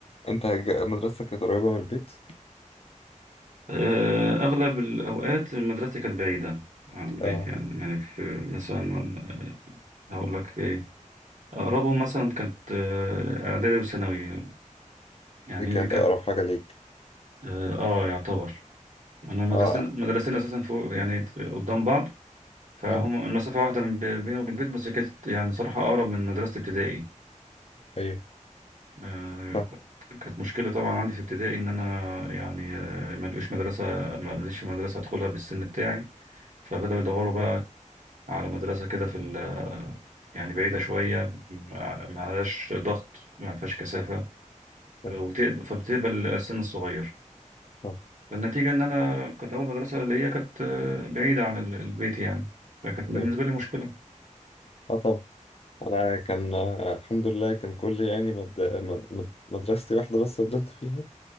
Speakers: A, on the left (about 50°); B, on the right (about 70°).
A: انت ج- مدرستك كانت قريبة من البيت
B: آه، أغلب الأوقات مدرستي كانت بعيدة عن البيت
A: اه
B: يعني يعني في مثلا آه، هقول لك إيه أقربهم مثلا كانت آه، إعدادي وثانوي يعني
A: دي كانت
B: دي كانت
A: اقرب حاجة ليك
B: آه آه، يعتبر انا المدرستين
A: اه
B: المدرستين اساسا فوق يعني قدام بعض فهم
A: اه
B: المسافه واحده من بي- بيني وبين البيت بس كانت يعني صراحه اقرب من مدرسه ابتدائي
A: ايوه
B: آه،
A: صح
B: كانت كانت مشكله طبعا عندي في ابتدائي ان انا يعني آه، ما لقوش مدرسه ما لقيتش مدرسه ادخلها بالسن بتاعي فبداوا يدوروا بقى
A: صح
B: على مدرسه كده في ال- آه، يعني بعيده شويه ما ما عليهاش ضغط ما فيهاش كثافه
A: صح
B: آه، وبت- فبتقبل السن الصغير
A: صح
B: فالنتيجة إن أنا كانت أول مدرسة ليا كانت آه، بعيدة عن ال- البيت يعني فكانت بالنسبة
A: ايوه
B: لي مشكلة
A: اه طبعا انا كان آه، الحمد لله كان كل يعني مد... مد... مد- مدرستي واحدة بس فضلت فيها